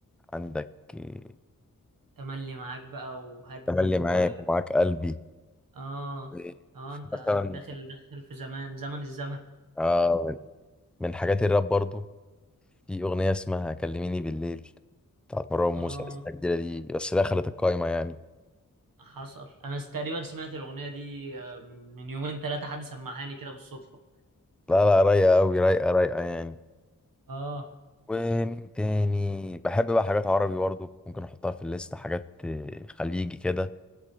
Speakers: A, in the centre; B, on the right (about 80°).
A: عندك إيه،
B: تملي معاك بقى وهدد
A: تملي
B: و
A: معاك ومعاك قلبي
B: اه
A: إيه،
B: اه انت
A: مثلا
B: داخل داخل في زمان زمن الزمن
A: آه من حاجات الراب برضو في اغنية اسمها كلميني بالليل بتاعت مروان
B: اه
A: موسى لسه الجديدة دي بس دخلت القايمة يعني
B: حصل انا س- تقريبا سمعت الاغنيه دي آه، من من يومين ثلاثه حد سمعهاني كده بالصدفه
A: لا لا رايقة أوي رايقة رايقة يعني
B: اه
A: ومين تاني بحب بقى حاجات عربي برضو ممكن أحطها في الليست حاجات آه، خليجي كده